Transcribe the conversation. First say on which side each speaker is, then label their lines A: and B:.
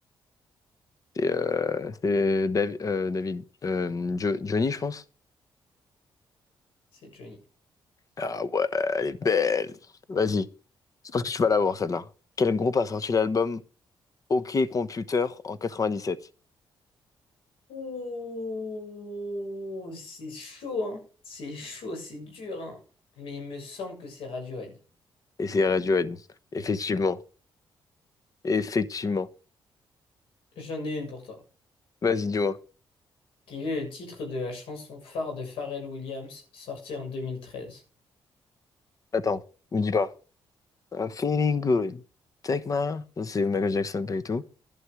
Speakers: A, on the left (about 40°); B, on the left (about 90°).
A: C'est euh, c'est Davi- euh, David, euh, Jo- Johnny, je pense.
B: C'est Johnny.
A: Ah ouais, elle est belle. Vas-y, je pense que tu vas l'avoir, celle-là. Quel groupe a sorti l'album OK Computer en 97?
B: Ouh, c'est chaud, hein. C'est chaud, c'est dur, hein. Mais il me semble que c'est Radiohead.
A: Et c'est Radiohead. Effectivement. Effectivement.
B: J'en ai une pour toi.
A: Vas-y, dis-moi.
B: Quel est le titre de la chanson phare de Pharrell Williams sortie en 2013?
A: Attends, me dis pas. I'm feeling good. Take my... Ça, C'est Michael Jackson, pas du tout.